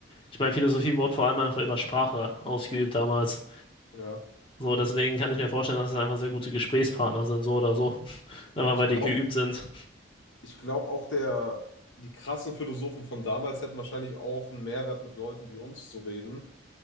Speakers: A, on the left; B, on the left.
A: ich meine, Philosophie wurde vor allem einfach über Sprache ausgeübt damals.
B: ja.
A: So, deswegen kann ich mir vorstellen, dass es einfach sehr gute Gesprächspartner sind, so oder so. Einfach
B: Ich
A: weil
B: glaube,
A: die geübt sind.
B: ich glaube auch der, die krassen Philosophen von damals hätten wahrscheinlich auch einen Mehrwert mit Leuten wie uns zu reden,